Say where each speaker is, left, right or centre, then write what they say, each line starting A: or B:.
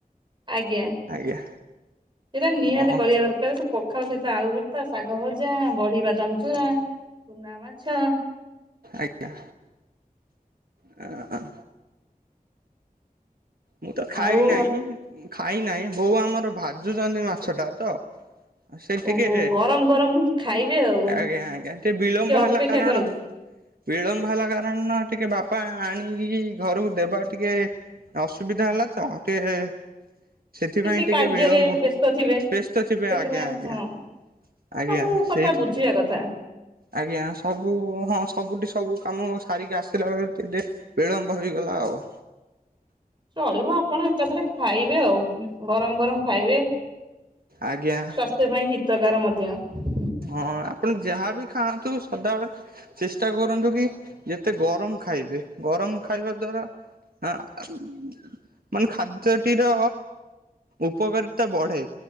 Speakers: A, on the right; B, on the right.
A: ଆଜ୍ଞା ସେଇଟା
B: ଆଜ୍ଞା
A: ନିହାତି
B: ହଁ
A: କରିବା ଦରକାର। ହେଲେ ସେ ପଖାଳ ସହିତ ଆଳୁ ଭର୍ତ୍ତା ଶାଗ ଭଜା ବଢି ବାଦାମ ଚୁରା ଚୁନା ମାଛ
B: ଆଜ୍ଞା। ଆ ହ ମୁଁ ତ ଖାଇ
A: ଆଉ
B: ନାହିଁ ଖାଇ ନାହିଁ ବୋଉ ଆମର ଭାଜୁଛନ୍ତି ମାଛ ଟା ତ ସେ ଟିକେ
A: ଓହୋ ଗରମ ଗରମ ଖାଇବେ ଆଉ
B: ଆଜ୍ଞା ଆଜ୍ଞା ଟିକେ ବିଳମ୍ବ
A: ଅପେକ୍ଷା
B: ହେଲା କାରଣ
A: କରନ୍ତୁ
B: ବିଳମ୍ବ ହେଲା କାରଣ ଟିକେ ବାପା ଆଣିକି ଘରକୁ ଦେବା ଟିକେ ଅସୁବିଧା ହେଲା ତ ଟିକେ ସେଥିପାଇଁ
A: କିଛି
B: ଟିକେ
A: କାର୍ଯ୍ୟରେ
B: ବିଳମ୍ବ
A: ବ୍ୟସ୍ତ ଥିବେ ସେଥିପାଇଁ
B: ବ୍ୟସ୍ତ ଥିବେ ଆଜ୍ଞା ଆଜ୍ଞା
A: ହଁ।
B: ଆଜ୍ଞା
A: ସବୁ
B: ସେଇଥି
A: କଥା ବୁଝିବା କଥା।
B: ଆଜ୍ଞା ସବୁ ହଁ ସବୁଠି ସବୁ କାମ ସାରିକି ଆସିଲା ବେଳେ ଟିକେ ଡେର୍ ବିଳମ୍ବ ହେଇଗଲା ଆଉ।
A: ଚଳିବ ଆପଣ ଏକାଥରେ ଖାଇବେ ଆଉ। ଗରମ ଗରମ ଖାଇବେ ସ୍ୱାସ୍ଥ୍ୟ
B: ଆଜ୍ଞା
A: ପାଇଁ ହିତକାର ମଧ୍ୟ।
B: ହଁ ଆପଣ ଯାହାବି ଖାଆନ୍ତୁ ସଦାବେଳେ ଚେଷ୍ଟା କରନ୍ତୁ କି ଯେତେ ଗରମ ଖାଇବେ ଗରମ ଖାଇବା ଦ୍ଵାରା ଆ ଆମ୍ ମାନେ ଖାଦ୍ୟଟିର ଉପକାରୀତା ବଢେ